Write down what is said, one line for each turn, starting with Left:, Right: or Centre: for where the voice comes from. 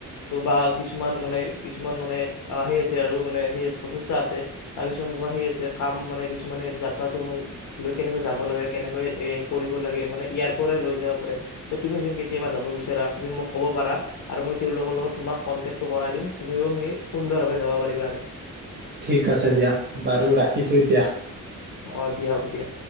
Left: ত' বা কিছুমান মানে কিছুমান মানে সেই আছে আৰু মানে সেই প্ৰচেষ্টা আছে বা কিছুমান তোমাৰ সেই আছে কাম মানে কিছুমানে যাত্ৰাটো ম লৈ কেনেকৈ যাব লাগে কেনেকৈ এই কৰিব লাগে মানে ইয়াৰ পৰা লৈ যাব পাৰে। তো তুমি যোন কেতিয়াবা যাব বিচাৰা তুমি মোক ক'ব পাৰা আৰু মই তেওঁলোকৰ লগত তোমাক কণ্টেক্টটো কৰাই দিম তুমিও সেই সুন্দৰভাৱে যাব পাৰিবা আৰু
Right: ঠিক আছে দিয়া বাৰু ৰাখিছো এতিয়া
Left: অ দিয়ক দিয়া